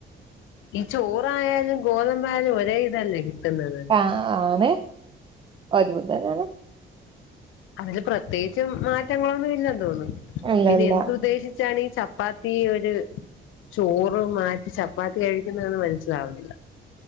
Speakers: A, on the left; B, on the right.
A: ഈ ചോറായാലും ഗോതമ്പാലും ഒരേ ഇതല്ലേകിട്ടുന്നത്.
B: ആണ് ഒരെകുതെന്നെയാണ്.
A: അതില് പ്രത്യേകിച് മാറ്റങ്ങളൊന്നുല്ല തോന്നു
B: അല്ലല്ല
A: പിന്നെ എന്ത്ഉദ്ദേശി ഇച്ചാണീ ചപ്പാത്തിഒര് ചോറ്മാറ്റി ചപ്പാത്തികഴ്ക്കുന്നത് മനസ്സിലാവുന്നില്ല.